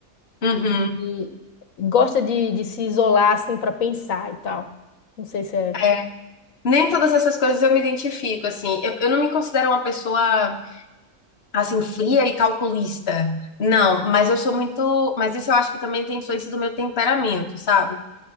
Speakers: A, on the left (about 50°); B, on the left (about 70°).
A: Uhum,
B: e gosta de, de se isolar assim para pensar e tal. Não sei se é.
A: é. Nem todas essas coisas eu me identifico, assim. Eu, eu não me considero uma pessoa, assim, fria e calculista. Não, mas eu sou muito. Mas isso eu acho que também tem influência do meu temperamento, sabe?